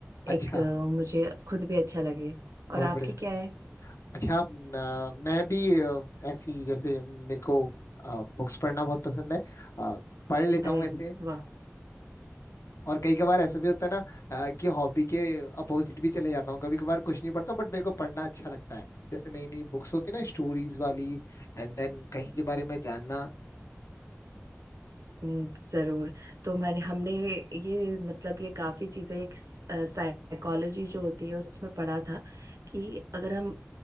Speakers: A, on the right; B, on the left.
A: एक
B: अच्छा
A: अ, मुझे खुद भी अच्छा लगे और
B: बहुत
A: आपकी
B: बढ़िया
A: क्या है
B: अच्छा आप न- मैं भी आ, ऐसी जैसे मेरे को बुक्स पढ़ना बहुत पसंद है आ, पढ़ लेता
A: अरे
B: हूँ वैसे
A: वाह
B: और कई कभार ऐसा भी होता है ना अ, कि हॉबी के अपोजिट भी चले जाता हूँ कभी कभार कुछ नहीं पढ़ता बट मेरे को पढ़ना अच्छा लगता है जैसे नई नई बुक्स होती है ना स्टोरीज वाली एंड देन कहीं के बारे में जानना
A: हम्म, जरूर तो मैंने हमने ये मतलब ये काफी चीजें एक साइकोलॉजी जो होती है उसमें पढ़ा था कि अगर हम